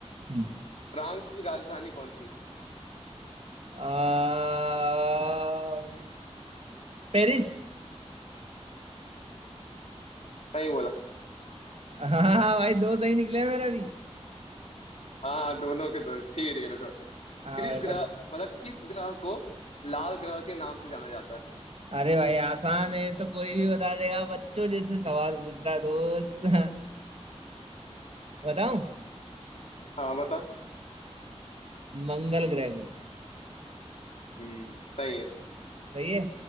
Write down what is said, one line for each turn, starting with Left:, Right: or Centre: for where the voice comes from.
Right: हम्म
Left: फ्रांस की राजधानी कौन सी है
Right: अम्म, पेरिस
Left: सही बोला
Right: <laughs> हाँ भाई दो सही निकले मेरा भी
Left: हाँ दोनों के दो ठीक है ठीक है रुको
Right: हाँ
Left: किस
Right: भाई
Left: ग्रह
Right: बस
Left: मतलब किस ग्रह को लाल ग्रह के नाम से जाना जाता है
Right: अरे भाई आसान है तो कोई भी बता देगा बच्चों जैसे सवाल पूछ रहा दोस्त <laughs> बताऊं
Left: हाँ बता
Right: मंगल ग्रह को
Left: हम्म सही है
Right: सही है